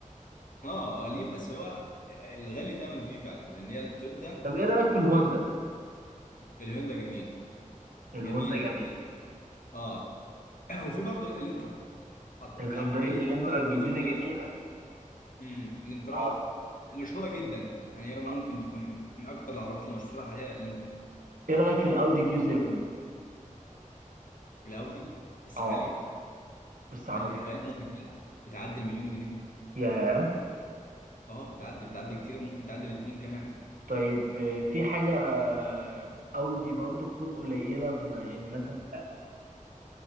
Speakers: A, on the left (about 75°); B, on the right (about 85°).
A: اه غاليين بس هو الغالي ثمنه فيه فعلا لان هي التويوتا
B: طب ايه رايك في الهوندا
A: الهوندا جميل
B: الهوندا
A: جميله
B: جميل
A: جميل اه <clears throat> وفي برضه الانترا أعت-
B: الهيونداي
A: اعتقد ان الانترا
B: الانترا الجديده
A: جزء من اليابان
B: جميله
A: امم الانترا
B: اه
A: مشهوره جدا يعني هي ممكن
B: اه
A: تكون من اكتر العربيات المشهوره حاليا الانترا
B: ايه رايك في الاودي كيو 7
A: الاودي بس
B: اه
A: غاليه
B: بس عربيه
A: غاليه غاليه
B: حلوه
A: ممكن تع- بتعدي المليون جنيه دي
B: ياه
A: اه بتعدي بتعدي كتير ممكن تعدي الاثنين كمان
B: طيب آه، في حاجه آه، اودي برضو تكون قليله بم- يعني مثلا سعرها مناسب